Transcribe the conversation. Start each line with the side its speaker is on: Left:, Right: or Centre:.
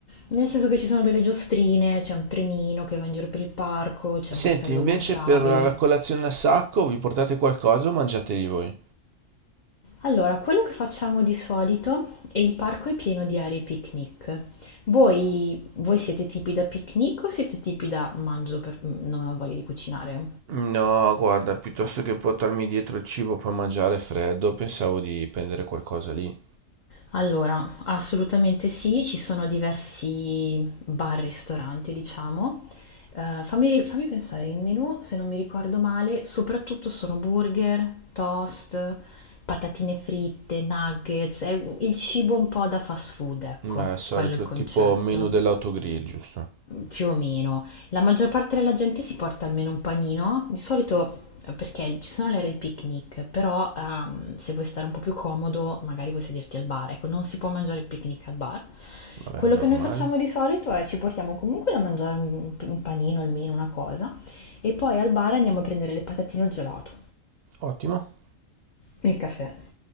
Left: Nel senso che ci sono delle giostrine, c'è un trenino che va in giro per il parco, c'è
Right: Senti,
Left: un castello
Right: invece
Left: gonfiabile.
Right: per la colazione a sacco vi portate qualcosa o mangiateli voi?
Left: Allora, quello che facciamo di solito e il parco è pieno di aree picnic. Voi, voi siete tipi da picnic o siete tipi da mangio per... mm, non ho voglia di cucinare?
Right: No, guarda, piuttosto che portarmi dietro il cibo per mangiare freddo, pensavo di prendere qualcosa lì.
Left: Allora, assolutamente sì, ci sono diversi bar-ristoranti, diciamo. Eh, fammi, fammi pensare, il menù, se non mi ricordo male, soprattutto sono burger, toast, patatine fritte, nuggets, è il cibo un po' da fast food, ecco,
Right: Ma al solito
Left: quello è il concetto.
Right: tipo menu dell'autogrill, giusto?
Left: Più o meno. La maggior parte della gente si porta almeno un panino, di solito eh, perché ci sono le aree di picnic, però ehm, se vuoi stare un po' più comodo, magari vuoi sederti al bar, ecco, non si può mangiare il picnic al bar.
Right: Vabbè,
Left: Quello
Right: normale.
Left: che noi facciamo di solito è ci portiamo comunque da mangiare un, un panino almeno, una cosa, e poi al bar andiamo a prendere le patatine o il gelato,
Right: Ottimo.
Left: il caffè.